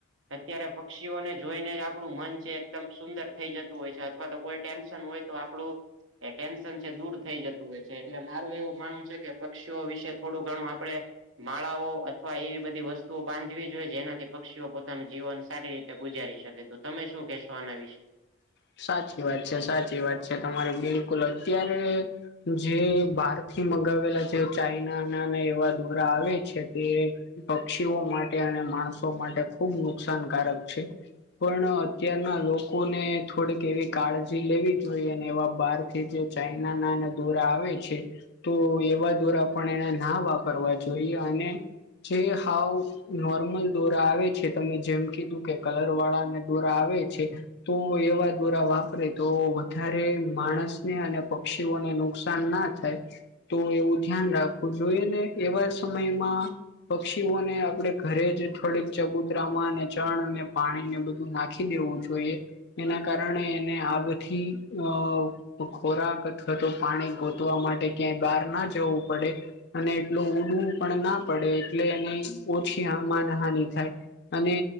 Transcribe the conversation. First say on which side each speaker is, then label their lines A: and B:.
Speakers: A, on the right; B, on the left.
A: અત્યારે પક્ષીઓને જોઈને જ આપણું મન છે એકદમ સુંદર થઈ જતું હોય છે અથવા તો કોઈ ટેન્શન હોય. તો આપણું એ ટેન્શન છે દૂર થઈ જતું હોય છે એટલે મારું એવું માનવું છે કે પક્ષીઓ વિશે થોડું ઘણું આપડણે માળાઓ અથવા એવી બધી વસ્તુઓ બાંધવી જોઈએ જેનાથી પક્ષીઓ પોતાનું જીવન સારી રીતે ગુજારી શકે તો તમે શું કેહેશો આના વિશે
B: સાચી વાત છે સાચી વાત છે તમારે બિલકુલ અત્યારે જે બહાર થી મગાવેલા જે ચાઈના નાને એવા દોરા આવે છે તે પક્ષીઓ માટે અને માણસો માટે ખુબ નુકસાનકારક છે. પણ અત્યારના લોકોને થોડીક એવી કાળજી લેવી જોઈએ અને એવા બહાર થી જે ચાઈના ના એના દોરા આવે છે. તો એવા દ્વારા પણ એને ના વાપરવા જોઈએ અને જે હાવ નોર્મલ દોરા આવે છે તમે જેમ કીધું કે કલર વાળાને દોરા આવે છે. તો એવા દોરા વાપરે તો વધારે માણસને અને પક્ષીઓને નુકસાન ના થાય. તો એવું ધ્યાન રાખવું જોઈએ ને એવા સમયમાં પક્ષીઓને આપણેે ઘરે જ થોડીક ચબૂતરામાં અને ચણ અને પાણી ને બધું નાખી દેવું જોઈએ એના કારણે એને આ બી અ ખોરાક અથવા તો પાણી ગોતવા માટે ક્યાંય બહાર ના જવું પડે અને એટલો ઉડવું પણ ના પડે એટલે એને ઓછી માનહાનિ થાય. અને